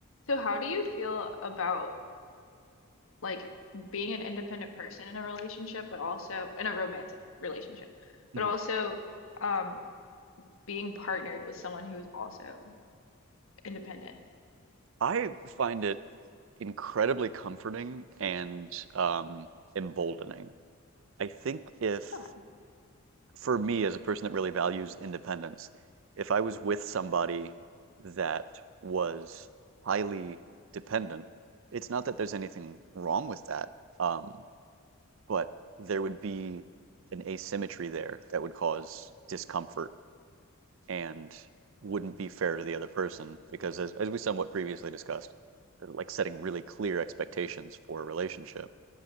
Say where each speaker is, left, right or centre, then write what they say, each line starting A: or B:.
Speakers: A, on the left; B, on the right.
A: So how do you feel about like being an independent person in a relationship, but also in a romantic relationship,
B: Mhm.
A: but also um being partnered with someone who is also independent?
B: I find it incredibly comforting and um, emboldening. I think if,
A: Okay.
B: for me as a person that really values independence, if I was with somebody that was highly dependent, it's not that there's anything wrong with that, um, but there would be an asymmetry there that would cause discomfort and wouldn't be fair to the other person because as, as we somewhat previously discussed uh, like setting really clear expectations for a relationship